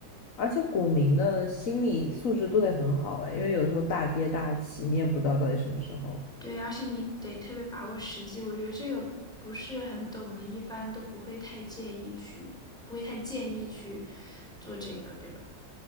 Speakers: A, on the left (about 50°); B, in the centre.
A: 而且股民的心理素质都得很好哎，因为有的时候大跌大起，你也不知道到底什么时候。
B: 对，而且你得特别把握时机，我觉得这个不是很懂的，一般都不会太介意去，不会太建议去做这个，对吧？